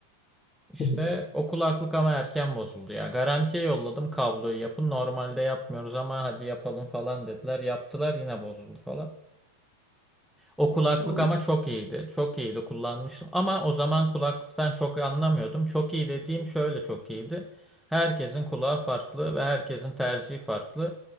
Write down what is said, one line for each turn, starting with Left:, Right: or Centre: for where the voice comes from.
Centre: İşte
Left: <laughs>
Centre: o kulaklık ama erken bozuldu ya. Garantiye yolladım kabloyu yapın. Normalde yapmıyoruz ama hadi yapalım falan dediler. Yaptılar yine bozuldu falan. O kulaklık
Left: Ya o-
Centre: ama çok iyiydi. Çok iyiydi kullanmıştım. Ama o zaman kulaklıktan çok anlamıyordum. Çok iyi dediğim şöyle çok iyiydi. Herkesin kulağı farklı ve herkesin tercihi farklı.